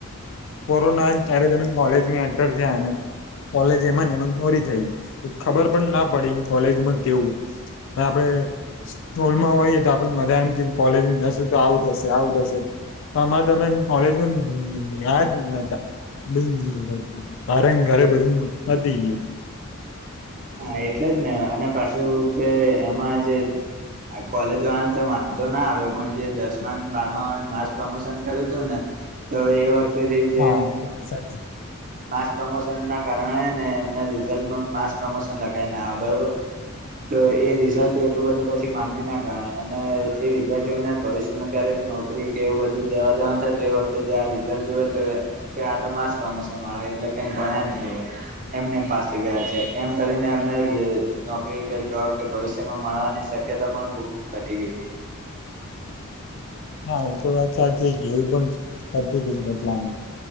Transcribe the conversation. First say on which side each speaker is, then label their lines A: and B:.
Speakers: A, on the left; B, on the right.
A: કોરોના જ ત્યારે જ અમે કોલેજમાં એન્ટર થયાને કોલેજ એમા ને એમાં જં પુરી થઈ, ખબર પણ ના પડી કોલેજમાં કેવું ઓય. આપડે સ્કૂલમાં ઓઈએ તો આપેન બધા એમ જે કોલેજ જસુ તો આવું થસે, આવું થસે પણ અમારે તમે કોલેજમાં ગયા જ નતા. બધું તારેંન ઘરે બધું પતી ગીયું.
B: હા, એટલે જ ને અને પાસું કે એમાં જે આ કોલેજ વાળને તો વાંધો ના આવે પણ જે દસમાન બારમા વાળાને માસ પ્રમોશન કર્યું ઉતું ને, તો એ વખ્તેથી જે
A: હા એ તો વાત સાચી
B: માસ પ્રમોશન ના કારણે ને એમના રિઝલ્ટમાં માસ પ્રમોશન લખાઈને આવે, બરોબર. તો એ રિઝલ્ટ એટલું બધું પછી માન્ય ના ગણાય અને એ વિદ્યાર્થીઓને ભવિષ્યમાં ક્યારેક નોક કરી કે એવું બધું જવા જવાનુ થાય તો, એ વખ્તે જે આ રિઝલ્ટ જોયો તો કે આ તો માસ પ્રમોશન વાળા એટલે કઈ ભણાયા જ નહી એમ, એમને એમ પાસ થઈ ગયા છે. એમ કરીને, એમને જ નોકરી કે જોબ કે ભવિષ્યમા મળવાની સક્યતા પણ ખૂબ ઘટી ગઇ ઈતી.
A: હા. એ તો વાત સાચી જ, એવુ પણ થતું અતું કેટલાને.